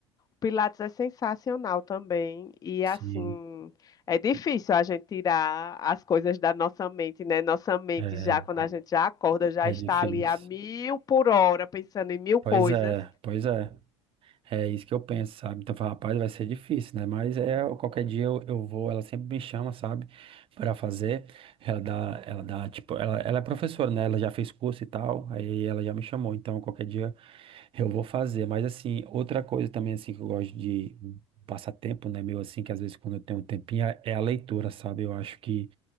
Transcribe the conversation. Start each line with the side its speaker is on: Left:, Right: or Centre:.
Left: Pilates é sensacional também. E
Right: sim,
Left: assim, é difícil a gente tirar as coisas da nossa mente, né? Nossa mente
Right: é,
Left: já, quando a gente já acorda, já
Right: é
Left: está
Right: é difícil.
Left: ali a mil por hora, pensando em mil
Right: Pois
Left: coisas.
Right: é, pois é. É isso que eu penso, sabe? Então, eu falo, rapaz, vai ser difícil, né? Mas é, qualquer dia eu, eu vou, ela sempre me chama, sabe? Pra fazer. Ela dá, ela dá, tipo, ela, ela é professora, né? Ela já fez curso e tal, aí ela já me chamou. Então, qualquer dia eu vou fazer, mas assim, outra coisa também assim que eu gosto de passar tempo, né, meu, assim, que às vezes quando eu tenho um tempinho é é a leitura, sabe? Eu acho que,